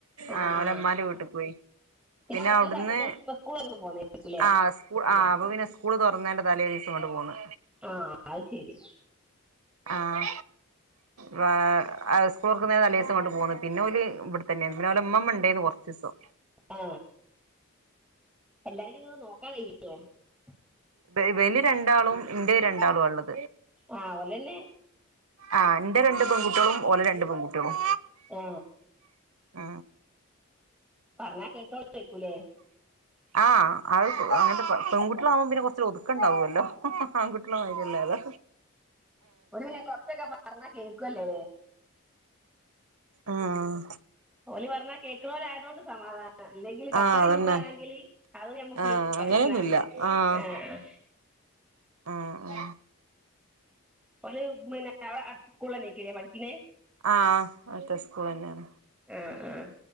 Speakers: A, in the centre; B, on the right.
A: ആ
B: ആഹ് ഓലെമ്മാന്റെ
A: ആ
B: വീട്ടിക്കോയി. പിന്നെ
A: കുറച്ച്
B: അവിടുന്ന്
A: ദിവസം ഇപ്പൊ സ്കൂളൊക്കെ പോന്നേരിക്കൂലേ
B: <inaudible> ആ സ്കൂ ആ അപ്പൊ പിന്നെ സ്കൂള് തുറന്നേന്റെ തലേ ദിവസം ഇങ്ങട്ട് പോന്ന്.
A: ആ അത് ശരി <inaudible>
B: ആാാ വേ <unintelligible> <unintelligible> തലേസംങ്ങട്ട് പോന്ന്. പിന്നെ ഓല് ഇവിടെത്തന്നെയ്ന്നു. പിന്നെ ഓലെമ്മമ്മ ഉണ്ടേന്ന് കൊറച്ചീസം.
A: ആ. എല്ലാരീം ഇങ്ങക്ക് നോക്കാൻ <unintelligible>
B: ഇബ ഇബല് രണ്ടാളും, ഇന്റെ രണ്ടാളുവാള്ളത്.
A: ആ, ഓലെന്നെ?
B: ആ. ന്റെ രണ്ട് പെൺകുട്ടോളും, ഓലെ രണ്ട് പെൺകുട്ടോളും.
A: ഏ
B: ആ.
A: പറഞ്ഞാ കേട്ടോളേൽക്കുംല്ലേ?
B: ആഹ് അത് അങ്ങത്തെ, പെൺകുട്ടേളാകുമ്പോ പിന്നെ കൊറച്ച് <inaudible> കുറച്ച് ഒതുക്കണ്ടാവൊല്ലോ ആൺകുട്ടേളെ മാതിരി അല്ലല്ലോ.
A: ഓര് ന്നെ കൊറച്ചൊക്കെ പറഞ്ഞാൽ കേൾക്കുവല്ലേ
B: ആഹ്
A: ഓല് പറഞ്ഞാൽ കേൾക്കുണോലയോണ്ട് സമാധാനം. അല്ലെങ്കിൽ കച്ചറീം
B: ആഹ് അതന്നെ
A: കൂട്ടുകയാണെങ്കില് അത് ഞമ്മുക്ക്
B: ആഹ്
A: പ്രശ്നമാണ്
B: അങ്ങനെയൊന്നുല്ല ആഹ്
A: ആ അ മ്മ്
B: ആഹ് ആഹ്
A: ഓല് പിന്നെ അവിടെ അടുത്ത സ്കൂളന്നേരിക്കും ലെ പഠിക്കുന്നേ?
B: ആഹ് അടുത്ത സ്കൂളിലെന്നെണ്.
A: ആഹ് ആഹ്